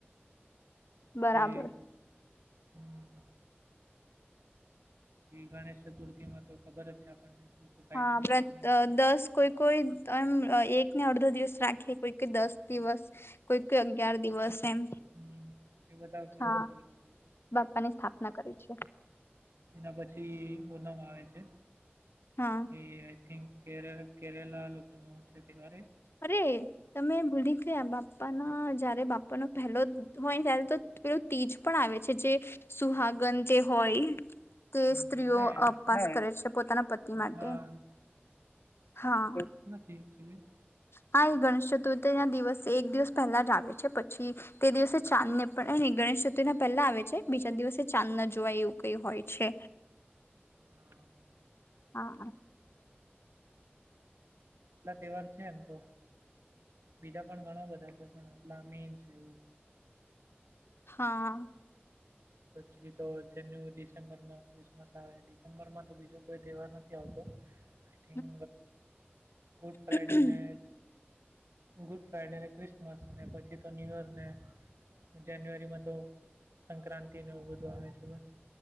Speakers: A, on the right; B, on the left.
A: પછી
B: બરાબર
A: હમ, ગણેશ ચતુર્થી માં તો ખબર જ છે આપણને શું શું થાય
B: હા
A: છે
B: બ્ર
A: એમાં
B: અ
A: તો
B: દસ કોઈ કોઈ તન એક ને અડધો દિવસ રાખે કોઈ કોઈ દસ દિવસ કોઈ કોઈ અગિયાર દિવસ એમ.
A: હમ્મ એ બધા
B: હા
A: અલગ અલગ રાખે છે.
B: બાપ્પા ની સ્થાપના કરી છે
A: એના પછી ઓનમ આવે છે.
B: હા.
A: એ આઈ થિંક કેરેલ કેરેલા લોકો નું છે તેવાર હે
B: અરે તમે ભૂલી ગયા બાપ્પાના જયારે બાપાનો પહેલો હોય ત્યારે તો પેલું તીજ પણ આવે છે જે સુહાગન જે હોય તે
A: હમ,
B: સ્ત્રીઓ
A: ને
B: અપાસ હૈ કરે છે પોતાના પતિ માટે
A: હા
B: હા.
A: તે એકચ્યુલી
B: હા એ ગણેશ ચતુર્થી ના દિવસ એક દિવસ પેલા જ આવે છે પછી તે દિવસે ચાંદ ને પણ એની ગણેશ ચતુર ના પેલા આવે છે બીજા દિવસે ચાંદ ના જોવાય એવું કઈ હોય છે.
A: હા
B: હ હા.
A: આટલા તેવાર છે એમ તો બીજા પણ ઘણા બધા છે પણ આટલા મેન છે એવું.
B: હા.
A: પછી તો જન્યુ ડિસેમ્બર માં ક્રિસમસ આવે ડિસેમ્બર માં તો બીજો કોઈ તેવાર નથી આવતો
B: <inaudible>
A: થિંગ ગુડફ્રાઈડે
B: હમ
A: ને ગુડફ્રાઈડે ને ક્રિસમસ ને પછી તો ન્યુઅર ને જાન્યુઆરીમાં તો સંક્રાંતિને એવું બધું આવે છે બસ.